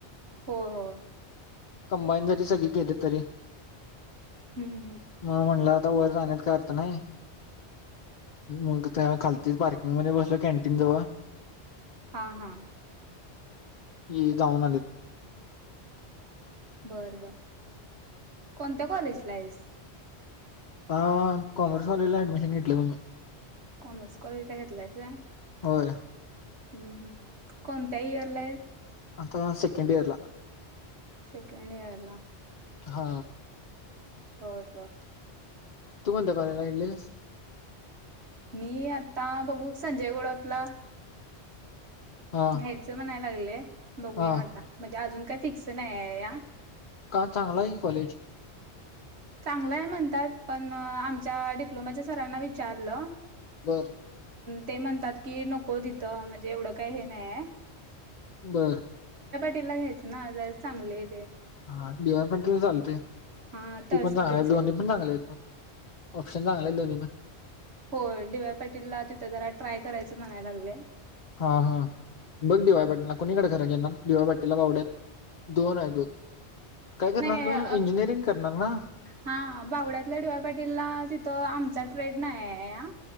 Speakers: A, on the right (about 70°); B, on the left (about 50°).
A: होय हो.
B: कंबाईन जरी सगळी केली तरी
A: हम्म हम्म हम्म.
B: म म्हणला ता वर जाण्यात का अर्थ नाही मग त्या खालती पार्किंग मध्ये बसलो कॅन्टीन जवळ
A: हा हा
B: ये जाऊन आलेत
A: बर बर कोणत्या कॉलेजला आहेस
B: ह कॉमर्स कॉलेजला ऍडमिशन घेतलं म मी
A: कॉमर्स कॉलेज ला घेतलायच हम्म
B: होय
A: हम् कोणत्या इयरला आहे
B: आता सेकंड इयरला
A: सेकंड इयरला
B: हा
A: बत ब
B: तू कोणत्या कॉलेजला गेलीस
A: मी आता बघू संजय गोडतला
B: हा
A: घ्यायचं म्हणय लागलंय बघूया
B: हा
A: आता म्हणजे अजून काय फिक्स नाही आहे या
B: का चांगला आहे की कॉलेज
A: चांगलंय म्हणतात पण आमच्या डिप्लोमाच्या सरांना विचारलं
B: बर
A: ते म्हणतात की नको तिथं म्हणजे एवढं काही हे नाही आहे
B: बर
A: तेला घ्यायचं ना जर चांगले आहे ते
B: हा डी वाय पाटील चालते
A: हा तळसंदीच
B: ती पण चांगली आहे दोन्ही पण चांगले मग ऑप्शन चांगले आहे दोन्ही पण
A: हो डी वाय पाटीलला तिथं जरा ट्राय करायचं म्हणायला लागलं
B: हा हा बघ डी वाय पाटील कोणीकडे खरा डी वाय पाटील ला पावड्यात दोन काय करणार
A: नाही
B: त
A: अ,
B: इंजिनिअरिंग करणार ना
A: हा बावड्यातल्या डिवा्या पाटीलला तिथं आमचा ट्रेड नाही आहे हा